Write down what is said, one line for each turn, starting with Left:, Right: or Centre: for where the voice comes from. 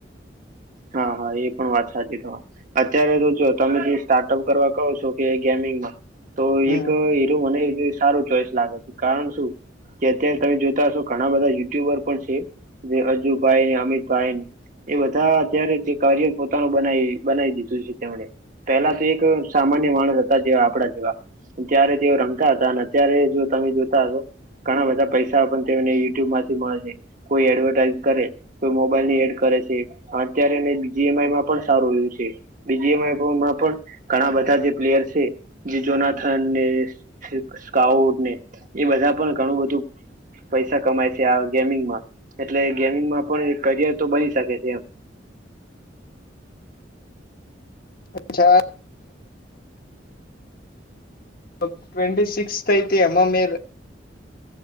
Right: હા હા એ પણ વાત સાચી તમારી અત્યારે તો જો તમે જે સ્ટાર્ટઅપ કરવા કહો છો કે ગેમિંગમાં તો
Left: હમ
Right: એક હીરો મને સારું ચોઈસ લાગે છે કારણ શું જે અત્યારે તમે જોતા હશો ઘણા બધા યુટ્યુબર પણ છે જે અજુભાઈ ને અમિતભાઈ એ બધા અત્યારે જે કરિયર પોતાનું બનાવી બનાવી દીધું છે તેમણે પેલા તો એક સામાન્ય માણસ હતા જેવા આપણા જેવા ત્યારે તેઓ રમતા હતા અને અત્યારે જો તમે જોતા હશો ઘણા બધા પૈસા પણ તેમને યુટ્યુબમાંથી મળે કોઈ એડવર્ટાઈઝ કરે કોઈ મોબાઈલ ની એડ કરે છે અત્યારે ને બીજીએમ આઈમાં પણ સારું એ છે બીજી એમાં પણ ઘણા બધા જે પ્લેયર છે જે જોનાથનને સ્કાઉડ ને એ બધા પણ ઘણું બધું પૈસા કમાય છે આ ગેમિંગમાં એટલે ગેમિંગમાં પણ એક કરિયર તો બની શકે છે એમ
Left: અચછા ટ્વેન્ટી સિક્સ થઈ હતી એમાં મે